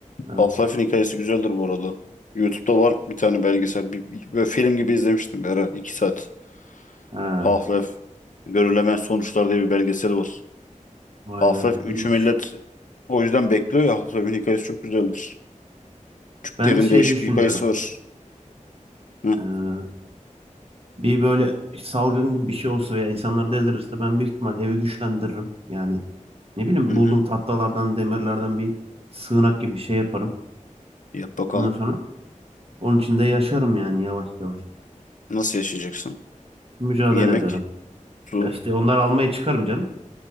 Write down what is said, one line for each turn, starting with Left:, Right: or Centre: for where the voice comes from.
Right: Evet.
Left: Half-Life'in hikayesi güzeldir bu arada. YouTube'da var bir tane belgesel. Bir, böyle film gibi izlemiştim bir ara. 2 saat.
Right: Ha,
Left: Half-Life. Görülemeyen Sonuçlar diye bir belgeseli var.
Right: vay
Left: Half-Life
Right: be.
Left: 3'ü
Right: İyiymiş.
Left: millet o yüzden bekliyor ya. Half-Life'in hikayesi çok güzeldir. Türklerin
Right: Ben şey
Left: değişik
Right: düşünüyorum.
Left: bir hikayesi var. Hı,
Right: Ee, Bir böyle salgın gibi bir şey olsa veya insanlar delirirse ben büyük ihtimal evi güçlendiririm. Yani ne bileyim
Left: hı hı.
Right: buldum tahtalardan, demirlerden bir sığınak gibi bir şey yaparım.
Left: Yap bakalım.
Right: Ondan sonra onun içinde yaşarım yani yavaş yavaş.
Left: Nasıl yaşayacaksın?
Right: Mücadele
Left: Yemek,
Right: ederim.
Left: su.
Right: Ya işte onları almaya çıkarım canım.